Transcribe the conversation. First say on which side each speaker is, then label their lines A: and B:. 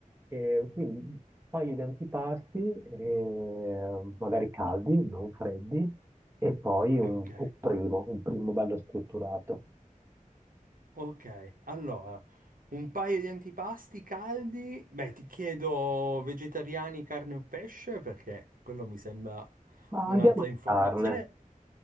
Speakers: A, on the right; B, on the right.
A: E quindi un paio di antipasti, eh, magari caldi, non freddi, e poi un,
B: Ok.
A: un primo, un primo bello strutturato.
B: Ok, allora, un paio di antipasti caldi. Beh, ti chiedo vegetariani, carne o pesce, perché quello mi sembra
A: Ma
B: un'altra
A: andiamo di
B: informazione.
A: carne.